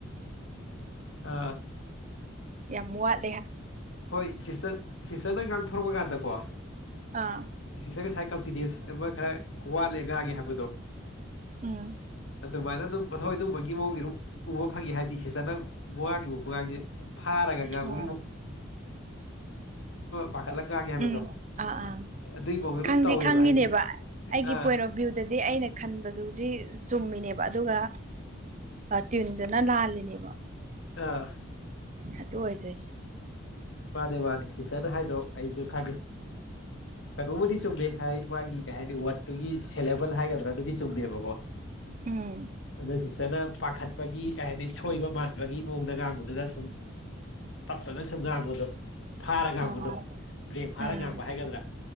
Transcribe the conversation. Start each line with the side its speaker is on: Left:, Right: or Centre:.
Left: ꯑꯥ
Right: ꯌꯥꯝ ꯃꯣꯜ
Left: ꯍꯣꯏ ꯁꯤꯁꯇꯔ ꯁꯤꯁꯇꯔꯅ ꯉꯥꯡꯊꯣꯔꯛꯄ ꯀꯥꯟꯗꯀꯣ
Right: ꯑꯥ
Left: ꯁꯤ ꯁꯥꯏꯠ ꯀꯟꯐꯤꯗꯦꯟꯁ ꯑꯃ ꯈꯔ ꯋꯥꯠꯂꯦ ꯉꯥꯒꯤꯦ ꯍꯥꯏꯕꯗꯣ
Right: ꯎꯝ
Left: ꯑꯗꯨꯃꯥꯏꯅ ꯑꯗꯨꯝ ꯃꯊꯧ ꯑꯗꯨꯝꯕꯒꯤ ꯃꯑꯣꯡꯗꯤ ꯑꯗꯨꯝ ꯎꯕ ꯐꯪꯉꯤ ꯍꯥꯏꯗꯤ ꯁꯤ ꯆꯅꯪ ꯋꯥꯥꯡꯈꯤꯕ ꯈꯨꯒꯥꯡꯁꯦ ꯐꯔꯒꯒꯕꯨ
Right: ꯎꯝ
Left: ꯄꯥꯈꯠꯂ ꯉꯥꯡꯉꯦ ꯍꯥꯏꯕꯗꯣ
Right: ꯎꯝ ꯑꯥ ꯑꯥ
Left: ꯑꯗꯨꯏ ꯃꯑꯣꯡꯗ ꯑꯗꯨꯝ
Right: ꯈꯪꯗꯤꯦ
Left: ꯇꯧꯋꯦꯕ
Right: ꯈꯪꯉꯤꯅꯦꯕ
Left: ꯍꯥꯏꯗꯤ
Right: ꯑꯩꯒꯤ
Left: ꯑꯥ
Right: ꯄꯣꯏꯔꯣ ꯚꯌꯨꯗꯗꯤ ꯑꯩꯅ ꯈꯟꯕꯗꯨꯗꯤ ꯆꯨꯝꯃꯤꯅꯦꯕ ꯑꯗꯨꯒ ꯇꯤꯗꯨꯅ ꯂꯥꯜꯂꯤꯦꯅꯦꯕꯣ
Left: ꯑꯥ
Right: ꯍ ꯇ ꯑꯣꯏꯣꯏ ꯇ
Left: ꯃꯥꯅꯦ ꯃꯥꯅꯦ ꯁꯤꯁꯇꯔꯗ ꯍꯥꯏꯗꯣꯛꯑꯣ ꯑꯩꯁꯨ ꯊꯥꯒꯦ ꯔꯨꯕꯗꯤꯁꯨꯕꯦ ꯃꯥꯒꯤ ꯀꯩ ꯍꯥꯏꯅꯤ ꯋꯥꯔꯗꯠꯇꯨꯒꯤ ꯁꯦꯂꯦꯕꯜ ꯍꯥꯏꯒꯗ꯭ꯔꯥ ꯑꯗꯨꯗꯤ ꯆꯨꯝꯃꯦꯕꯀꯣ
Right: ꯎꯝ
Left: ꯑꯗ ꯁꯤꯁꯇꯔꯅ ꯄꯥꯈꯠꯄꯒꯤ ꯀꯩ ꯍꯥꯏꯅꯤ ꯁꯣꯏꯕ ꯃꯥꯟꯕꯒꯤ ꯃꯑꯣꯡꯗ ꯉꯥꯡꯕꯗꯨꯅ ꯁꯨꯝ ꯇꯄꯗ ꯁꯨꯝ ꯉꯥꯡꯕꯗꯣ ꯐꯥꯔ ꯉꯥꯡꯕꯗꯣ
Right: ꯑꯣ
Left: ꯕ꯭ꯔꯦꯡ ꯐꯥꯔ
Right: ꯎꯝ
Left: ꯉꯥꯡꯕ ꯍꯥꯏꯒꯗ꯭ꯔꯥ